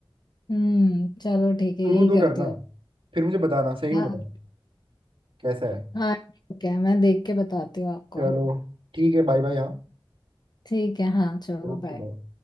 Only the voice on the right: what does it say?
शुरू
तो
करना
फिर मुझे बताना सही
में बताना कैसा है
चलो ठीक है बाय बाय हाँ
Okay
bye